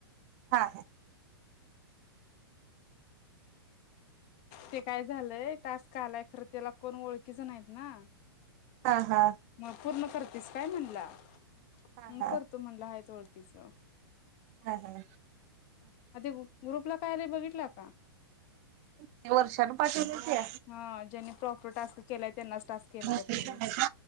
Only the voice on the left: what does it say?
ते काय झालंय टास्क आलाय खरं त्याला कोण ओळखीच नाहीत ना.
मग पूर्ण करतेस काय म्हणला?
हम् करतो म्हणला. ओळखीचं
अ ते ग्रुपला काय आलय बघितला का?
हा ज्यांनी प्रॉपर टास्क केलाय त्यांनाच टास्क येणार
आहेत म्हणून